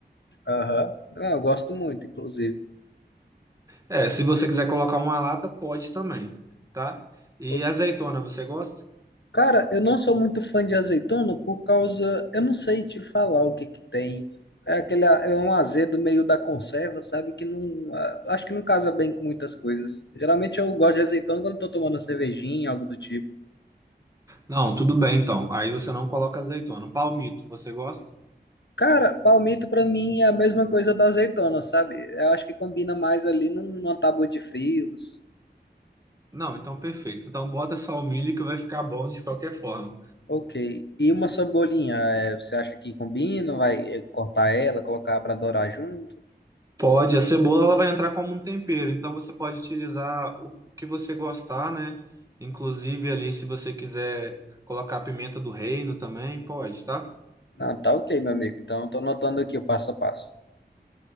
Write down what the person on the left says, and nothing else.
Aham. Ah, eu gosto muito, inclusive.
Ô,
Cara, eu não sou muito fã de azeitona por causa. Eu não sei te falar o que que tem. É aquele, a- é um azedo meio da conserva, sabe? Que não. ah, Acho que não casa bem com muitas coisas. Geralmente eu gosto de azeitona quando eu tô tomando uma cervejinha, algo do tipo.
Cara, palmito pra mim é a mesma coisa da azeitona, sabe? Eu acho que combina mais ali num- numa tábua de frios.
Ok. E uma cebolinha, é, você acha que combina? Vai é, cortar ela, colocar para dourar junto?
Não, tá ok, meu amigo. Então, eu tô anotando aqui o passo a passo.